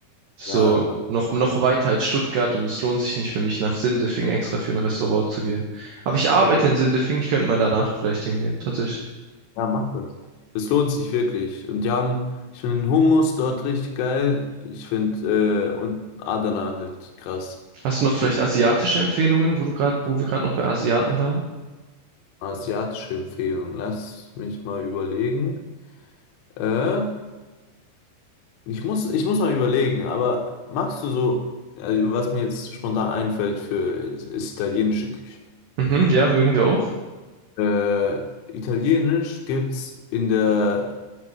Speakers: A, on the right (about 80°); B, on the left (about 80°).
A: So
B: Ja,
A: noch, noch weiter als Stuttgart und es lohnt sich nicht für mich, nach Sindelfingen extra für ein Restaurant zu gehen. Aber ich arbeite
B: ja,
A: in Sindelfingen, ich könnte mal danach vielleicht hingehen, tatsächlich.
B: ja, mach das. Es lohnt sich wirklich. Und die haben, ich finde den Hummus dort richtig geil. Ich finde, äh, und Adana halt krass.
A: Hast du noch
B: Und
A: vielleicht asiatische Empfehlungen, wo du gerade, wo wir gerade noch bei Asiaten waren?
B: asiatische Empfehlung. Lass mich mal überlegen. Äh, Ich muss, ich muss mal überlegen, aber magst du so, also was mir jetzt spontan einfällt für, ist, ist italienische Küche.
A: Mhm, ja, mögen wir auch.
B: Äh, Italienisch gibt's in der,